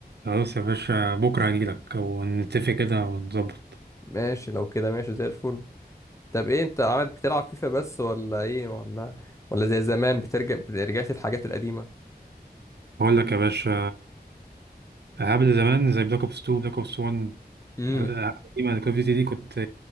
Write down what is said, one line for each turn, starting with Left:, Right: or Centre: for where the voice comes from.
Right: خلاص يا باشا بكرة هجيلك ونتفق كده ونظبط
Left: ماشي لو كده ماشي زي الفل طب ايه انت قاعد بتلعب فيفا بس ولا ايه ولا ولا زي زمان بترجع رجعت الحاجات القديمة
Right: بقول لك يا باشا ألعاب اللي زمان زي بلاك أوبس 2 بلاك أوبس 1
Left: امم
Right: الألعاب القديمة كول أوف ديوتي دي كنت